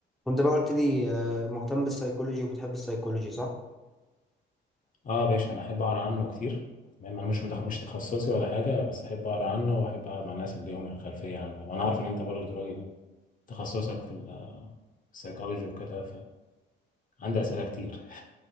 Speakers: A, in the centre; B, on the left (about 40°).
A: وانت بقى قلت لي آه، مهتم بالسيكولوجي وبتحب السيكولوجي صح؟
B: اه باشا انا احب اقرا عنه كتير تمام انا
A: مم.
B: مش متخ... مش تخصصي ولا حاجه بس احب اقرا عنه واحب اقعد مع الناس اللي ليهم خلفيه عنه يعني انا عارف ان انت برضه راجل تخصصك في ال- السيكولوجي وكده فعندي اسئله كتير